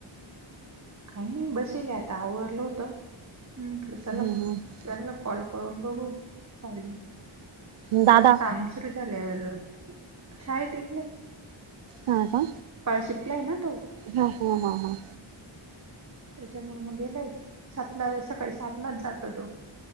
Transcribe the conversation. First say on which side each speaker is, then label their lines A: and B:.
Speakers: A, on the right; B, on the right.
A: काही नाही बशिले आता आवरलं होत, म्हटलं चला
B: ह ह
A: त्यांनला कॉल करून बघू कॉलिंग
B: दादा
A: परत काम सूरु झाल्यावर. शाळेत इले <unintelligible>
B: हा का?
A: शिफ्टला आहे ना तो
B: हा- हा-हा- हा.
A: त्याच्यामुळे मग गेलाय सातला सकाळी सातलाच जातो तो.